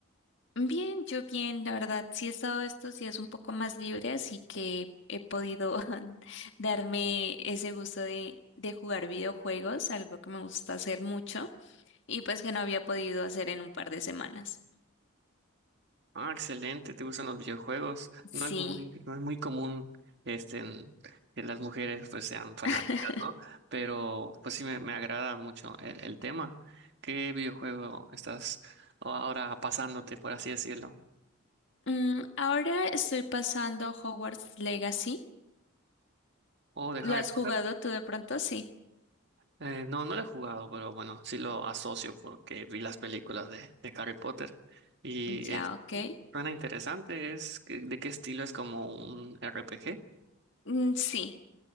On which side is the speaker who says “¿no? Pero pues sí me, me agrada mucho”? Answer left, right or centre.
Right